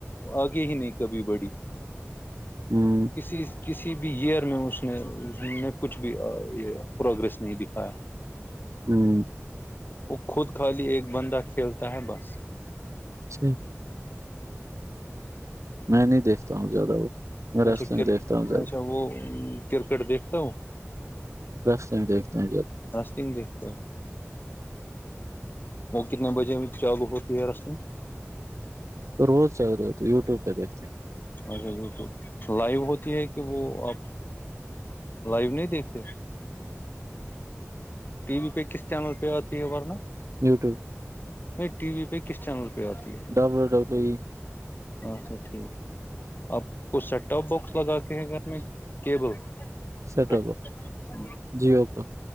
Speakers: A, on the left; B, on the right.
A: آگے ہی نہیں کبھی بڑی
B: ہوں
A: کسی کسی بھی ایئر میں اس نے نے کچھ بھی یہ پروگریس نہیں دکھایا
B: ہوں
A: وہ خود خالی ایک بندہ کھیلتا ہے بس
B: جچھ <inaudible> میں نہیں دیکھتا ہوں زیادہ وہ میں
A: اچھا
B: ریسلنگ
A: کر
B: دیکھتا ہوں زیادہ
A: اچھا وہ کرکٹ دیکھتا ہوں
B: رستے میں دیکھتے ہیں جب
A: رصم دیکتے ہ وہ کتنے بجے چاقو ہوتی ہے رس میں
B: روز چل رہےتے ہیں یوٹیو پہ دیکھتے ہیں
A: اچھا یوٹیوب پہ لائو ہوتی ہے کہ وہ آپ لائیو نہیں دیکھتے ٹی وی پہ کس چینل پہ آتی ہے ورنہ
B: ہوں یوٹیوب
A: ٹی وی پہ کس چینل پہ آتی ہے
B: ڈبلو ڈبلو ای
A: اچھا ٹھیک آپ کوچ سیٹ ٹاپ باکس لگا کے ہیں گھر میں کیبل
B: سیٹ
A: سچ
B: اپ
A: ہ <inaudible>
B: جیو کا <unintelligible>